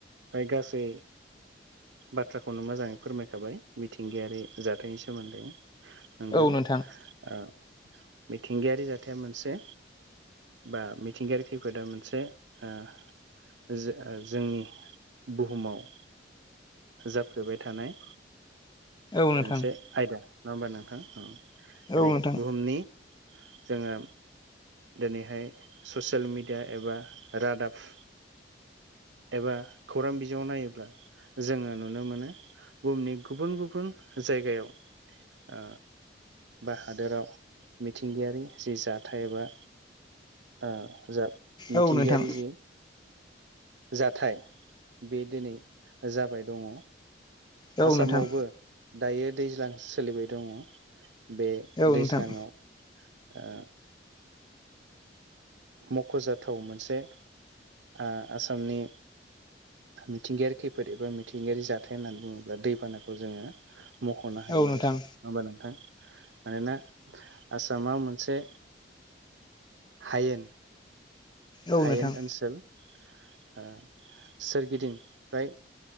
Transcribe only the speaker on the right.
बे गासै बाथ्राखौनो मोजाङै फोरमायखाबाय मिथिंगायारि जाथायनि सोमोन्दै। नंगौ
ओ
मिथिंगायारि जाथाया मोनसे बा मिथिंगायारि खैफोदा मोनसे ओ जो जोंनि बुहुमाव जाफ्लेबाय थानाय
मोनसे आयदा नङा होमबा नोंथां ओरै
बुहुमनि जोङो दिनैहाय ससियेल मिडिया एबा रादाब एबा खौरां बिजोङाव नायोब्ला जोङो नुनो मोनो बुहुमनि गुबुन गुबुन जायगायाव ओ बा हादोराव मिथिंगायारि जि जाथाय एबा ओ जा मिथिंगायारि
जि जाथाय बे दिनै जाबाय दङ
आसामावबो
दायो दैज्लां सोलिबाय दङ बे
दैज्लाङाव
अ मख'जाथाव मोनसे ओ आसामनि मिथिंगायारि खैफोद एबा मिथिंगायारि जाथाय होननानै बुङोब्ला दैबानाखौ जोङो मख'नो
हायो
आरो होम्बा नोंथां मानोना आसामाव मोनसे हायेन
हायेन
ओनसोल ओ सोरगिदिं फ्राय